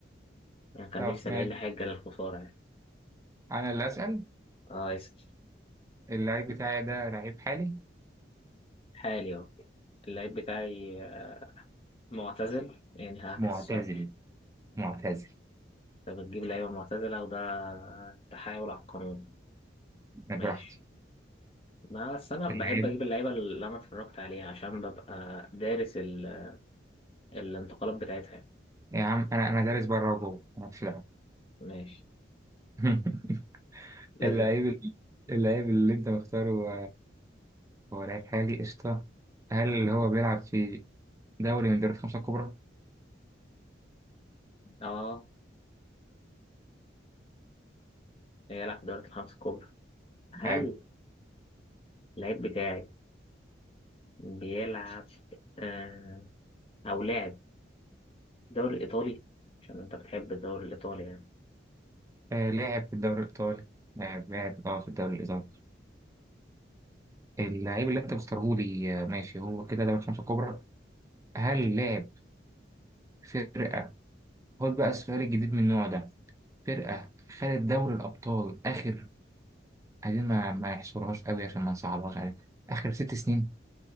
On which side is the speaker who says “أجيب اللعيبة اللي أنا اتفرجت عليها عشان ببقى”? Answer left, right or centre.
Left